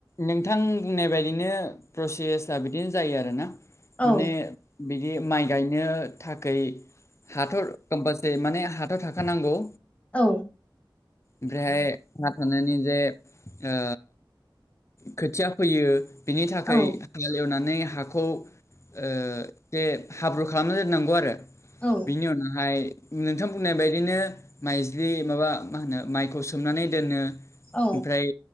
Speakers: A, on the left; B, on the left.
A: नोंथां बुंनाय बायदिनो प्रसेस आ बिदिनो जायो आरोना? माने
B: औ
A: बिदि माइ गायनो थाखै हाथर ओमबासे माने हाथाव थाखानांगौ
B: औ
A: ओमफ्रायहाय हा थानानै जे ओ खोथिया फैयो बिनि थाखाय
B: औ
A: हाल एवनानै हाखौ ओ जे हाब्रु खालामना दोननांगौ आरो
B: औ
A: बिनि उनावहाय नोंथां बुंनाय बायदिनो माइज्लि माबा मा होनो माइखौ सोमनानै दोनो। ओमफ्राय
B: औ